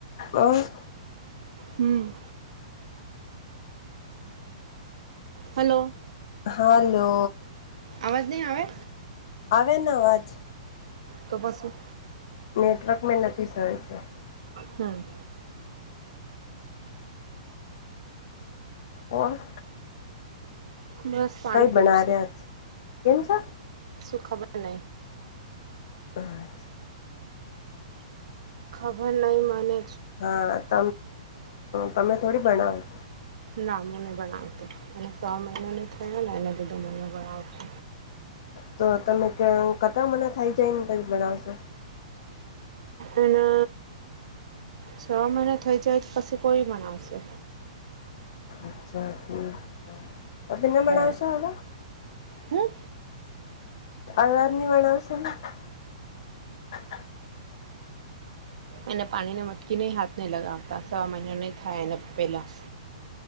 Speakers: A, on the left (about 55°); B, on the right (about 75°).
A: હ <unintelligible>
B: હમ હલો
A: હાલો
B: અવાજ નહીં આવે
A: આવેન અવાજ
B: તો પસી
A: નેટવર્ક મે નથી સય છે <unintelligible>
B: હમ
A: હ.
B: બસ પાણી
A: કઈ બના્યા
B: પીવું
A: કેમ છે?
B: સુ ખાબર ન.
A: હચછા.
B: ખબર નહી માને.
A: હા ત તમે થોડી બનાવ છો.
B: ના મને બણાવતો અને સો મહિના ન થયો ને એને લીધું મને બણાવતો.
A: તો તમે કતા મને થઇ જાયને બનાવશો?
B: અને. છ મહિના થઈ જાય તો પછી કોઈ પણ આવશે.
A: અચ્છા ઠીક છે. તો ભના માણસસ
B: હે
A: આવ હતા.
B: હમ.
A: અલાદની વણાવ શેની <unintelligible>
B: એને પાણી ને મટકી નઈ હાથ નહિ લગાવતા સવા મહિનો નહી થાય એને પેલા.